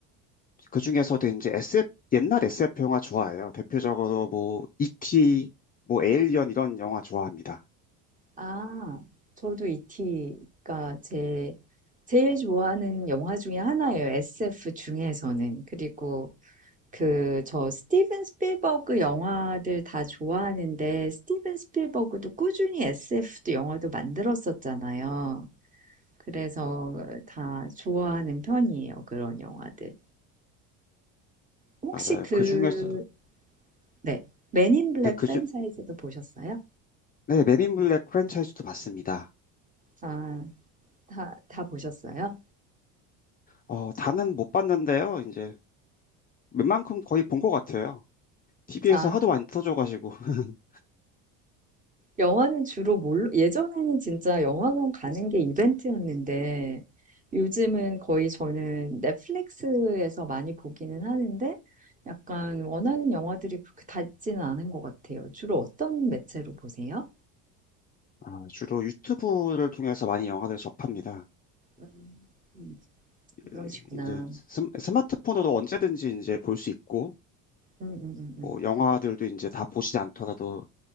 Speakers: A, on the left; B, on the right.
A: 그 중에서도 이제 SF, 옛날 SF 영화 좋아해요. 대표적으로 뭐, E.T., 뭐, 에일리언 이런 영화 좋아합니다.
B: 아, 저도 이티가 제, 제일 좋아하는 영화 중에 하나예요. SF 중에서는. 그리고 그, 저 스티븐 스필버그 영화들 다 좋아하는데, 스티븐 스필버그도 꾸준히 SF도 영화도 만들었었잖아요. 그래서 다 좋아하는 편이에요. 그런 영화들. 혹시
A: 맞아요.
B: 그,
A: 그 중에서,
B: 네, 맨인 블랙
A: 네, 그
B: 프랜차이즈도
A: 중,
B: 보셨어요?
A: 네, 맨인 블랙 프랜차이즈도 봤습니다.
B: 아, 다, 다 보셨어요?
A: 어, 다는 못 봤는데요. 이제 웬만큼 거의 본 것 같아요. TV에서
B: 아,
A: 하도 많이 터져가지고 <laughs>
B: 영화는 주로 뭘로, 예전에는 진짜 영화관 가는 게 이벤트였는데 요즘은 거의 저는 넷플릭스에서 많이 보기는 하는데 약간 원하는 영화들이 그렇게 다 있지는 않은 것 같아요. 주로 어떤 매체로 보세요?
A: 아, 주로 유튜브를 통해서 많이 영화를 접합니다.
B: 음, 음, 그러시구나.
A: 예, 이제 스, 스마트폰으로 언제든지 이제 볼 수 있고
B: 음, 음, 음, 음.
A: 뭐 영화들도 이제 다 보시지 않더라도